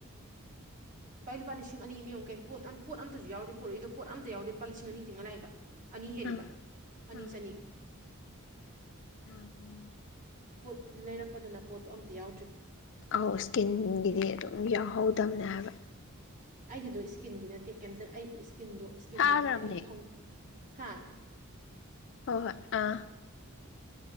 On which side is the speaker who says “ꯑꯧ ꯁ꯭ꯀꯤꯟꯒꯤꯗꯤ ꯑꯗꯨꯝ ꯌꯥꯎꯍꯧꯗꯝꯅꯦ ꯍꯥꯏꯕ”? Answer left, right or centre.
Left